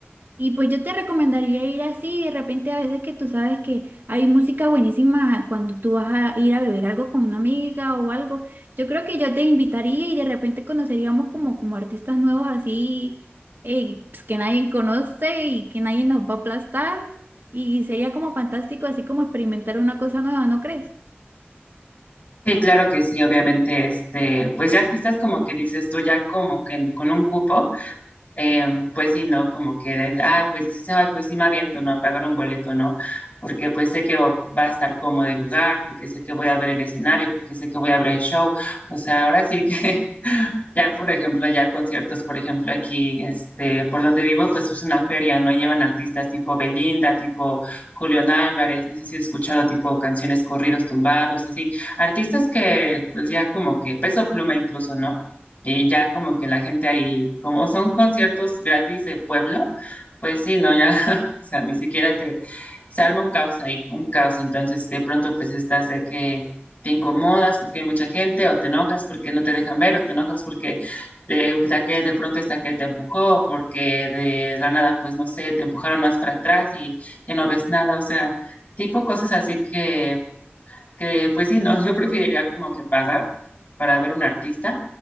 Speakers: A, on the right (about 55°); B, on the left (about 45°).
A: y pues yo te recomendaría ir así, de repente a veces que tú sabes que hay música buenísima cuando tú vas a ir a beber algo con una amiga o algo. Yo creo que yo te invitaría y de repente conoceríamos como, como artistas nuevos así eh, pues, que nadie conoce y que nadie nos va a aplastar. Y sería como fantástico así como experimentar una cosa nueva, ¿no crees?
B: Sí, claro que sí, obviamente, este, pues ya artistas como que dices tú, ya como que en- con un cupo. Eh, pues sí, ¿no? Como que, dices, ah, pues sí, sí se va, pues sí me aviento, ¿no? A pagar un boleto, ¿no? Porque pues sé que va va a estar cómodo el lugar, porque sé que voy a ver el escenario, porque sé que voy a ver el show. O sea, ahora sí que, <laughs> ya por ejemplo, ya conciertos, por ejemplo, aquí, este, por donde vivo, pues es una feria, ¿no? Llevan artistas tipo Belinda, tipo Julián Álvarez, no sé si he escuchado tipo canciones corridos tumbados, así. Artistas que, pues ya como que, Peso Pluma incluso, ¿no? Y ya como que la gente ahí, como son conciertos gratis del pueblo, pues sí, no, ya, <laughs> o sea, ni siquiera te, se arma un caos ahí, un caos. Entonces, de pronto, pues estás de que te incomodas porque hay mucha gente, o te enojas porque no te dejan ver, o te enojas porque de, de, aquel- de pronto está que te empujó, porque de la nada, pues no sé, te empujaron más para atrás y ya no ves nada, o sea, tipo cosas así que que pues sí, no, yo preferiría como que pagar para ver un artista